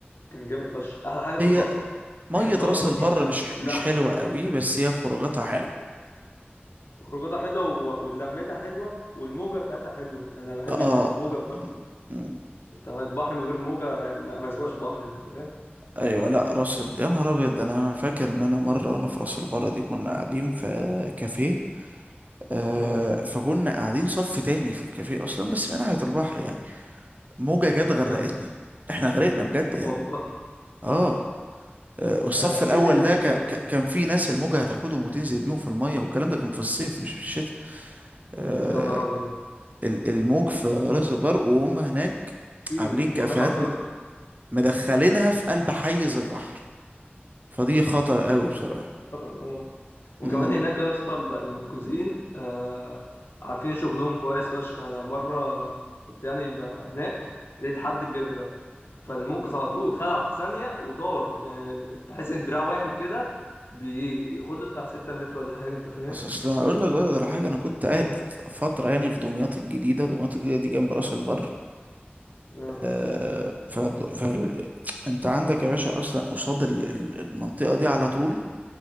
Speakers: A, on the left; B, on the right.
A: كان جامد فشخ احلى حاجه في
B: هي
A: المصيف <laughs>
B: مية
A: <clears throat> اللي هو
B: راس
A: كنا
B: البر مش ح-
A: لمه
B: مش حلوة قوي بس هي خروجاتها حلوة
A: خروجاتها حلوه و- ولمتها حلوه والموجه بتاعتها حلوه يعني انا بحب
B: اه
A: الموجه فشخ
B: م- م-
A: أنت البحر من غير موجه ما ما يسواش بحر انت فاهم
B: ايوه لا راس ال... يا نهار ابيض ده انا فاكر ان انا مره وانا في راس البر دي كنا قاعدين في كافيه آه
A: اه
B: فكنا قاعدين صف تاني في الكافيه اصلا بس من ناحية البحر يعني موجة جت غرقتنا
A: اه
B: احنا غرقنا بجد يعني
A: والله
B: اه آه، والصف
A: اكيد
B: الاول
A: بالليل
B: ده ك...
A: بقى
B: ك... كان في ناس الموجة هتاخدهم وتنزل بيهم في المية والكلام ده كان في الصيف مش في الشتاء آه
A: يا نهار ابيض
B: ال- الموج في راس البر وهم هناك
A: كتير
B: عاملين كافيهات
A: هو بيحذروا
B: م...
A: من
B: مدخلينها في قلب حيز البحر فدي خطر قوي بصراحة
A: خطر الموت وكمان
B: مم.
A: هناك يا اسطى المنقذين آه عارفين شغلهم كويس فشخ انا مره كنت يعني ب- هناك لقيت حد بيغرق فالمنقذ على طول خلع في ثانيه وطار يعني تحس ان دراع واحد كده بياخد له بتاع 6 متر ولا حاجه انت فاهم
B: بس اصل أنا اقول لك برضه على حاجة انا كنت قاعد فترة يعني في دمياط الجديدة دمياط الجديدة دي جنب راس البر
A: اه
B: آه، ف... ف... انت عندك يا باشا اصلا قصاد ال- ال- المنطقه دي على طول